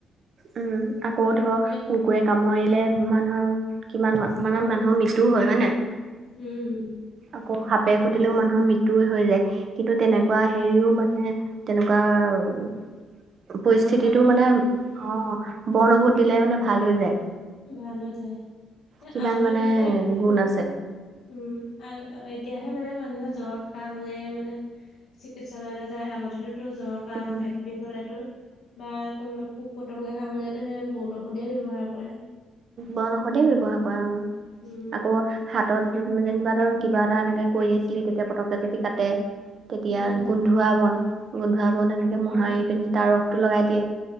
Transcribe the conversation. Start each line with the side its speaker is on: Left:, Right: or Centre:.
Right: উম, আকৌ ধৰ
Left: সেই
Right: কুকুৰে কামুৰিলে মানুহৰ কিমান মা
Left: অ
Right: মানে মানুহৰ মৃত্যু হয় হয় নাই?
Left: উম,
Right: আকৌ সাপে খুটিলেও মানুহৰ মৃত্যুই হৈ যায় কিন্তু তেনেকুৱা
Left: অ',
Right: হেৰিও মানে তেনেকুৱা পৰিস্থিতিটো
Left: ভাল কৰা
Right: মানে
Left: উম,
Right: অ বন ঔষধ দিলে মানে ভাল হৈ যায়।
Left: ভাল হৈ যায় <unintelligible>
Right: কিমান
Left: আগতে
Right: মানে
Left: তোৰ কি
Right: গুণ আছে।
Left: উম, আৰু -আৰু এতিয়াহে মানে মানুহে জ্বৰ কাহ হ'লে মানে চিকিৎসালয়লে যাই আগতেতো জ্বৰ, কাহ,
Right: উম
Left: পেট পেট বিষ হ'লে তোৰ বা কোনোবা পোক-পতংগই কামুৰিলেতো সেই বনঔষধেই ব্যৱহাৰ কৰে।
Right: বনঔষধেই ব্যৱহাৰ কৰে অ,
Left: উম,
Right: আকৌ হাতত <unintelligible> যেনিবা ধৰ কিবা এটা এনেকে কৰি আছিলি তেতিয়া পতকে যদি কাটে তেতিয়া
Left: উম।
Right: গুন ধুৱা বন গোন্ধোৱা বন এনেকে
Left: উম,
Right: মোহাৰি পিনি তাৰ ৰসটো লগাই দিয়ে।